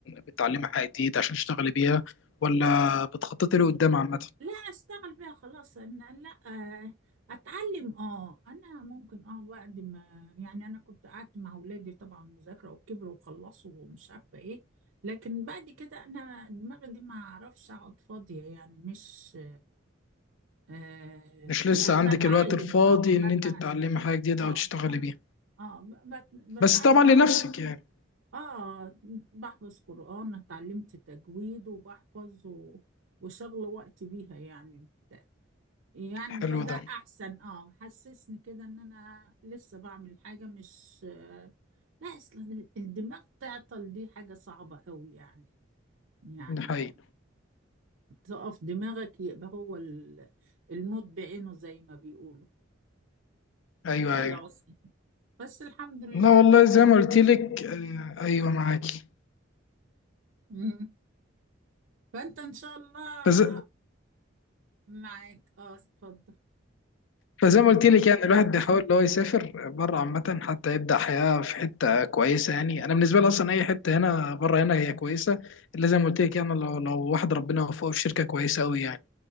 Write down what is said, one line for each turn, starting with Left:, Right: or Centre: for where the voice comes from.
Left: بتعلمي حاجة جديدة عشان تشتغلي بيها ولا بتخططي لقدام عامة
Right: لا أشتغل بيها خلاص أنا لا آه، أتعلم أه أنا ممكن أه بعد ما يعني أنا كنت قعدت مع أولادي طبعا مذاكرة وكبروا وخلصوا ومش عارفة إيه لكن بعد كده أنا دماغي دي ما أعرفش أقعد فاضية يعني مش آه
Left: مش
Right: لا
Left: لسه عندك
Right: بتعلم
Left: الوقت الفاضي
Right: اه
Left: إن
Right: بتعلم
Left: أنت تتعلمي حاجة جديدة
Right: اه
Left: أو تشتغلي
Right: اه
Left: بيها
Right: اه ب- بت-
Left: بس
Right: بتعلم
Left: طبعا لنفسك يعني
Right: اه بحفظ قرآن اتعلمت تجويد وبحفظ و- وشغل وقت بيها يعني بتاع. يعني
Left: حلو
Right: فده
Left: ده
Right: احسن اه حسسني كده ان انا لسه بعمل حاجة مش آه لا اصلا الدماغ تعطل دي حاجة صعبة قوي يعني يعني
Left: ده حقيقي
Right: تقف دماغك يبقى هو ال- الموت بعينه زي ما بيقولوا
Left: ايوه
Right: يلا
Left: ايوه
Right: بس بس الحمد لله
Left: لا والله زي
Right: أهو.
Left: ما قلت لك آه، ايوه معاكي
Right: مم. فانت ان شاء الله
Left: فز...
Right: معاك اه اتفضل
Left: فزي ما قلت لك يعني الواحد بيحاول ان هو يسافر بره عامه حتى يبدا حياه في حته كويسه يعني انا بالنسبه لي اصلا اي حته هنا بره هنا هي كويسه الا زي ما قلت لك يعني لو لو واحد ربنا وفقه في شركه كويسه قوي يعني